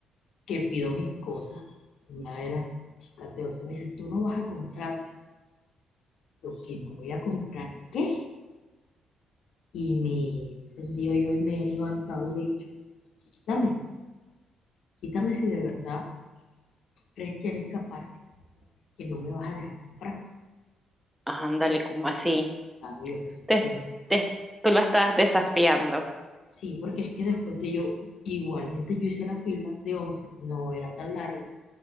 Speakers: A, on the left (about 65°); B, in the centre.
A: que pido mis cosas, una de las chicas de 11 me dice, tú no vas a comprar. Yo, que no voy a comprar qué? Y me he encendido yo y me he levantado y le he dicho, quítame, quítame si de verdad crees que eres capaz, que no me vas a dejar comprar.
B: Ah, ándale, como así.
A: Claro, yo, me-
B: Te,
A: yo, me-
B: te- tú la estás desafiando
A: sí, porque es que después de yo, igualmente yo hice la fila de 11 no era tan larga